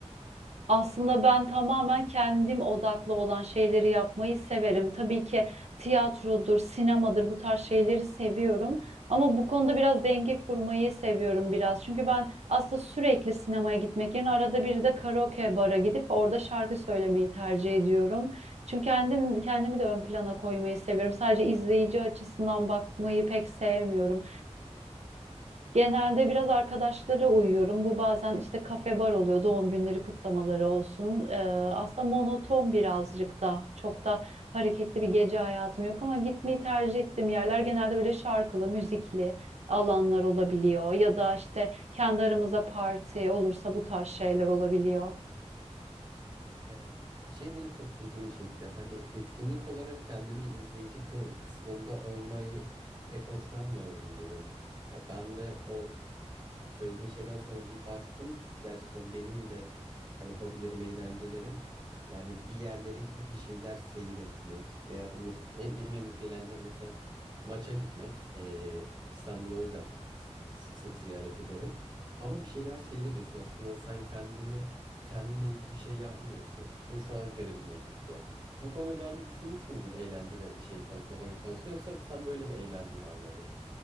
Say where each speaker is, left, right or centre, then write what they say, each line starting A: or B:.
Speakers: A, on the right (about 70°); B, on the right (about 40°).
A: Aslında ben tamamen kendim odaklı olan şeyleri yapmayı severim. Tabii ki tiyatrodur, sinemadır bu tarz şeyleri seviyorum. Ama bu konuda biraz denge kurmayı seviyorum biraz. Çünkü ben aslında sürekli sinemaya gitmek yerine arada bir de karaoke bara gidip orada şarkı söylemeyi tercih ediyorum. Çünkü kendim kendimi de ön plana koymayı seviyorum. Sadece izleyici açısından bakmayı pek sevmiyorum. Genelde biraz arkadaşlara uyuyorum. Bu bazen işte kafe bar oluyor, doğum günleri kutlamaları olsun. Ee, aslında monoton birazcık da. Çok da hareketli bir gece hayatım yok ama gitmeyi tercih ettiğim yerler genelde böyle şarkılı, müzikli alanlar olabiliyor. Ya da işte kendi aramızda parti olursa bu tarz şeyler olabiliyor.
B: Evet. Şey dedim çok ilgimi çekti. Hani etkinlik olarak kendimi izleyici kı- kısmında olmayı pek hoşlanmıyorum dedin. Ya ben de o söylediğin şeyden sonra bir baktım. Gerçekten benim de hani hobilerim, eğlencelerim yani bir yerlere gidip bir şeyler seyretmek veya da mes- en, benim en büyük eğlencem mesela maça gitmek. Ee, İstanbul'u o yüzden sık, sık sık ziyaret ederim. Ama bir şeyler seyrediyorsun aslında sen kendini kendine ilgili bir şey yapmıyorsun. Bu şu an garibime gitti. Bu konuyu daha önce düşünmüş müydün eğlence ve şey konusunda, hobi konusunda yoksa sen böyle mi eğlendiğini anladın?